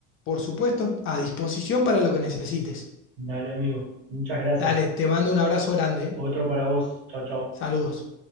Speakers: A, on the left; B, on the right.
A: Por supuesto, a disposición para lo que necesites.
B: Dale, amigo. Muchas gracias.
A: Dale, te mando un abrazo grande. ¿eh?
B: Otro para vos. Chao, chao.
A: Saludos.